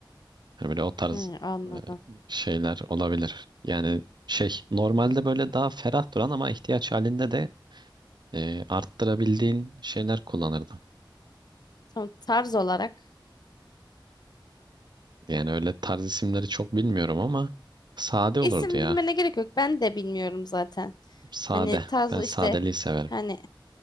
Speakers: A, on the right; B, on the left.
A: Hani böyle o tarz
B: Hı, anladım.
A: e, şeyler olabilir. Yani şey normalde böyle daha ferah duran ama ihtiyaç halinde de e, arttırabildiğin şeyler kullanırdım.
B: Tamam, tarz olarak.
A: Yani öyle tarz isimleri çok bilmiyorum ama sade olurdu
B: İsim
A: ya.
B: bilmene gerek yok. Ben de bilmiyorum zaten.
A: Sade.
B: Hani tarz
A: Ben sadeliği
B: işte
A: severim.
B: hani